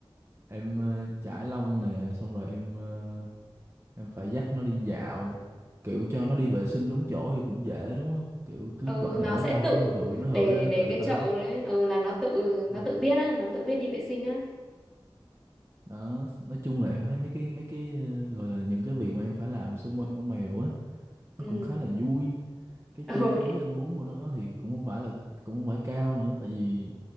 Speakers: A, on the right; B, in the centre.
A: em ờ, chải lông nè xong rồi em ờ, em phải dắt nó đi dạo kiểu cho nó đi
B: ừ
A: vệ sinh đúng chỗ thì cũng dễ đúng không kiểu cứ
B: Ừ,
A: bỏ- để
B: nó
A: cái
B: sẽ
A: thau
B: tự
A: nó hửi nó hửi
B: để
A: nó
B: để
A: tự
B: cái
A: tới
B: chậu đấy ừ, là nó tự nó
A: Ừ.
B: tự biết á nó tự biết đi vệ sinh á
A: đó nói chung là em thấy mấy cái mấy cái ờ, gọi là những cái việc mà em phải làm xung quanh con mèo á
B: ừ
A: nó cũng khá là vui cái chi
B: ừ
A: phí ăn uống của nó thì cũng không phải là cũng không phải cao nữa tại vì